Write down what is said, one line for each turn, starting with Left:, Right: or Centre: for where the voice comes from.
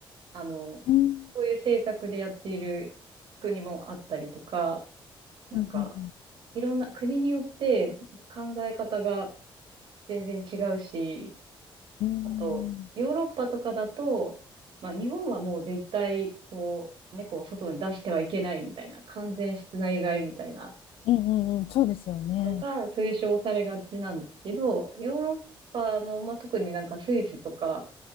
Right: あの、
Left: うん。
Right: そういう政策でやっている国もあったりとか、なんか、
Left: うんうんうん。
Right: いろんな国によって考え方が全然違うし、
Left: うん
Right: あと、ヨーロッパとかだと、まあ日本はもう絶対、こう、猫を外に出してはいけないみたいな、完全室内飼いみたいな
Left: うんうん。そうですよね。
Right: のが推奨されがちなんですけど、ヨーロッパの、まあ特になんかスイスとか